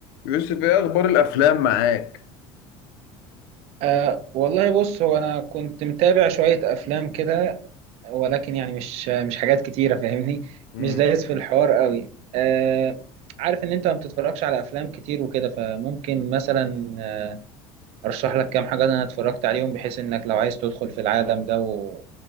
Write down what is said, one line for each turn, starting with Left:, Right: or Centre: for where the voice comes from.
Left: يوسف ايه اخبار الافلام معاك
Right: أه والله بص هو أنا كنت متابع شوية أفلام كده ولكن يعني مش مش حاجات كتيرة فاهمني
Left: امم
Right: مش دايس في الحوار قوي أه عارف إن أنت ما بتتفرجش على أفلام كتير وكده فممكن مثلا آه، أرشح لك كام حاجة أنا اتفرجت عليهم بحيث إنك لو عايز تدخل في العالم ده و...